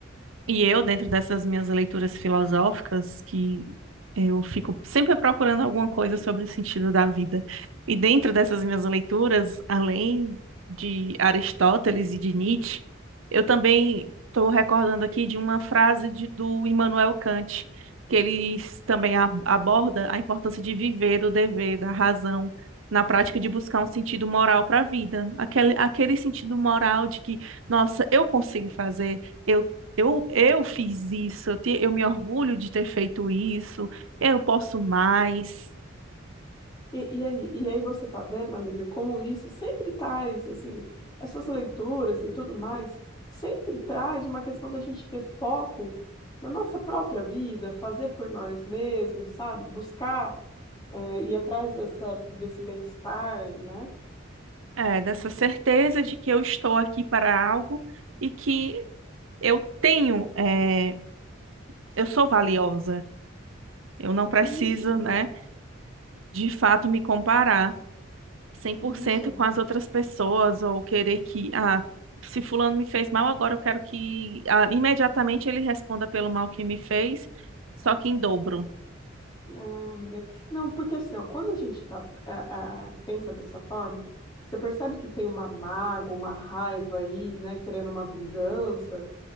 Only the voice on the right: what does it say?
E eu, dentro dessas minhas leituras filosóficas, que Eu fico sempre procurando alguma coisa sobre o sentido da vida. E dentro dessas minhas leituras, além de Aristóteles e de Nietzsche, eu também estou recordando aqui de uma frase de- do Immanuel Kant, que ele s- também a- aborda a importância de viver o dever, da razão, na prática de buscar um sentido moral para a vida. Aquele, aquele sentido moral de que, nossa, eu consigo fazer, eu, eu, eu fiz isso, eu, te- eu me orgulho de ter feito isso eu posso mais,
é, dessa certeza de que eu estou aqui para algo e que eu tenho, é, eu sou valiosa. Eu não preciso,
né, de fato me comparar cem por
cento
com as outras pessoas ou querer que, ah, se fulano me fez mal, agora eu quero que, ah, imediatamente ele responda pelo mal que me fez, só que em dobro.